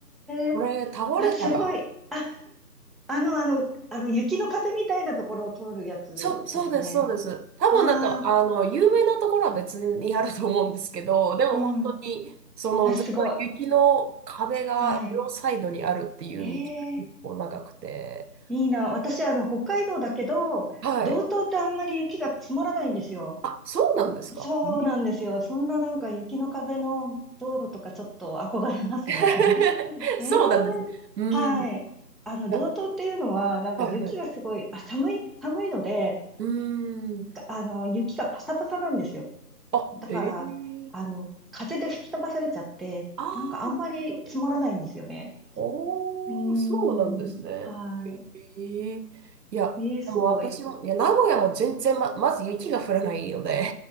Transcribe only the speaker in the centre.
え、
あ、すごい。あ、あの、あの、あの、雪の壁みたいなところを通るやつですかね。
ああ、
うん。
あ、すごい。はい。ええいいな。私、あの、北海道だけど、
道東ってあんまり雪が積もらないんですよ。
そうなんですよ。
そんななんか雪の壁の道路とかちょっと憧れますね。
<laughs> ええ
はい。
あの、
道東っていうのは、なんか雪がすごい、
あ、寒い、寒いので、
かあの、雪がパサパサなんですよ。
だから、
あの、風で吹き飛ばされちゃって、
なんかあんまり積もらないんですよね。
うーん。
はい。
ええすごい。